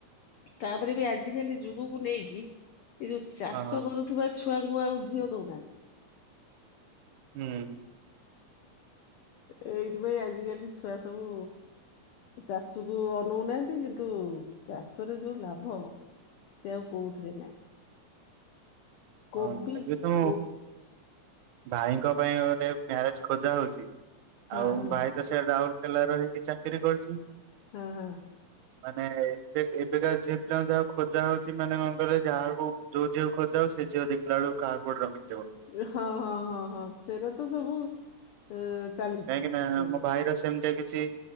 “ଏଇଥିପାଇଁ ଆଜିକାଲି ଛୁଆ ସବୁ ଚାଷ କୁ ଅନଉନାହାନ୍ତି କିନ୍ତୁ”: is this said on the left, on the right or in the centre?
Left